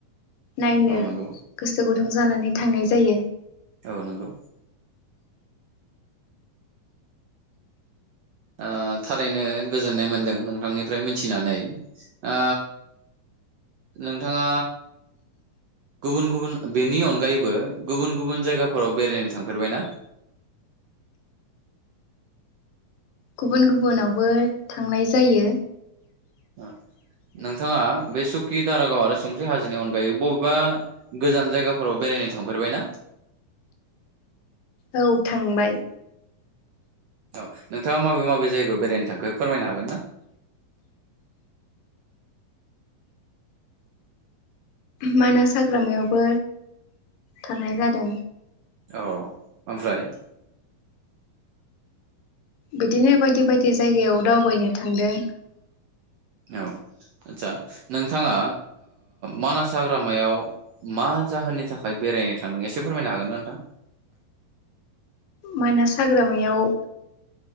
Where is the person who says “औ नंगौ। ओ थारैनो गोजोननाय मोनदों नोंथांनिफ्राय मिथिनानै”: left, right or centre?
Right